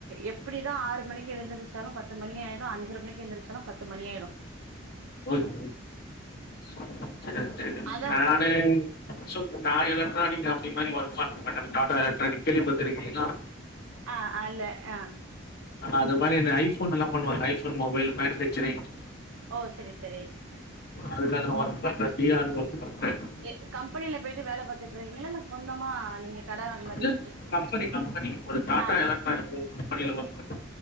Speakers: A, on the right (about 85°); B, on the left (about 50°).
A: எப்டி தா ஆறு மணிக்கு எழுந்திரச்சாலும் பத்து மணி ஆயிடும் அஞ்சர மணிகெழுந்திரச்சாலும் பத்து மணி ஆயிடும்
B: ஓகே செரி செரி
A: அத
B: நானு சோ நா எலக்ட்ரானிக் அப்டி மாரி ஒர்க் பண்ற <unintelligible> கேள்வி பட்டுருக்கீங்களா
A: ஆ அல்ல ஆ
B: அது மாரி இந்த ஐபோன் எல்லாம் பண்ணுவாங்க ஐபோன் மொபைல் மேனுபேக்சரிங்
A: ஓ செரி செரி
B: அதுனால ஓர்க் பண்ற டி ஆர் <unintelligible>
A: எ கம்பெனியில போயிட்டு வேல பத்துட்டு இருக்கீங்களா இல்ல சொந்தமா நீங்க கட அது மாரி
B: இல்ல
A: வச்சிருக்கீங்
B: கம்பெனி கம்பெனி ஒரு டாடா
A: ஆ
B: எலக்ட்ரானிக் கம்பெனில ஒர்க் பண்ற